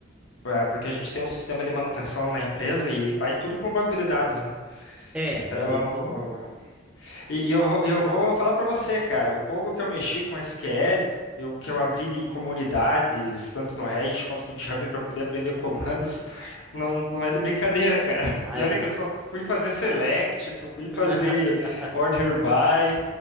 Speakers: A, on the left; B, in the centre.
A: pra- porque a gente tem um sistema de manutenção na empresa e vai tudo para um banco de dados, né?
B: É,
A: Então,
B: vai tudo pro mundo.
A: e, e eu, vou- e eu vou falar para você, cara, o pouco que eu mexi com SQL, eu, que eu abri de comunidades, tanto no Reddit quanto no GitHub, para poder aprender comandos, não, não é de brincadeira, cara. <laughs>
B: Ah,
A: E
B: é
A: olha
B: que
A: que
B: a gente...
A: eu só fui fazer select, só fui
B: <laughs>
A: fazer order by.